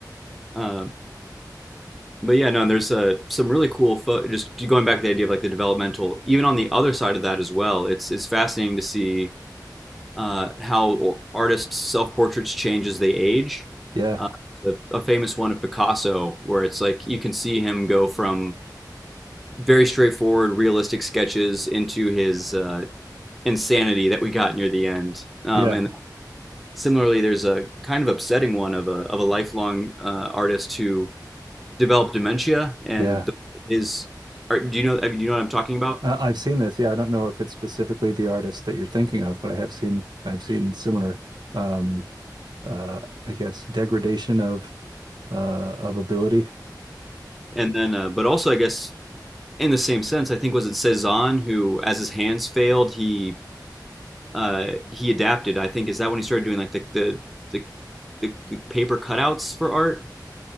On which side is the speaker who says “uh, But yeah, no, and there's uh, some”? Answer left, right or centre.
Centre